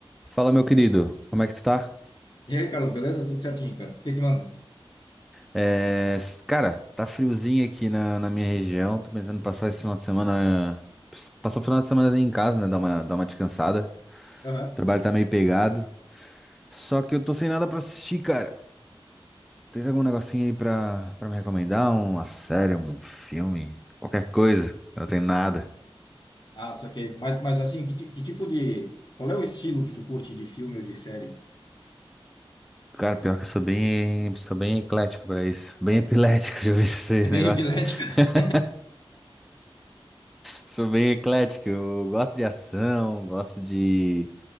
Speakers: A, in the centre; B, on the left (about 50°).
A: Fala, meu querido, como é que tu tá?
B: E aí, Carlos, beleza? Tudo certinho, cara. O que que manda?
A: É, s- cara, tá friozinho aqui na, na minha região. Tô pensando em passar esse final de semana. ps- Passar o final de semana em casa, né? Dar uma, dar uma descansada.
B: Aham.
A: O trabalho tá meio pegado. Só que eu tô sem nada pra assistir, cara. Tens algum negocinho aí pra, pra me recomendar? Uma série, um filme? Qualquer coisa. Eu não tenho nada.
B: Ah, saquei. Mas, mas assim, que, ti- que tipo de... Qual é o estilo que tu curte de filme ou de série?
A: Cara, pior que eu sou bem, sou bem eclético pra isso. Bem epilético, <laughs> já ouvi esse
B: É Bem
A: negócio.
B: epilético. <laughs>
A: <laughs> Sou bem eclético. Eu gosto de ação, gosto de.